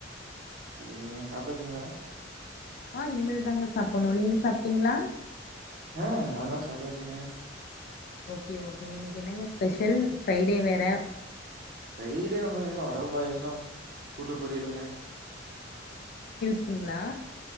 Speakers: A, on the right (about 50°); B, on the left (about 50°).
A: சேரிங்க சாப்ட்டாச்சுங்களா
B: ஆ இனிமேல்தாங்க சாப்பண்ணு நீங்க சாப்ட்டீங்ளா
A: ஆ நால்லா சாப்ட்டாச்சுங்க
B: ஓகே ஓகேங்க நீ என்னங்க ஸ்பெஷல் ஃப்ரைடே வேற
A: ஃப்ரைடே ஒண்ணு இல்லங்க வட பாயாசொ கூட்டு பொரியலுங்க
B: ங்களா